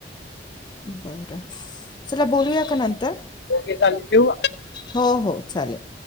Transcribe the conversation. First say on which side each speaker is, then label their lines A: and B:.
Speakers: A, on the left; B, on the left.
A: बरं. चला बोलूया का नंतर
B: ओके चालेल ठेवू का
A: हो हो चालेल.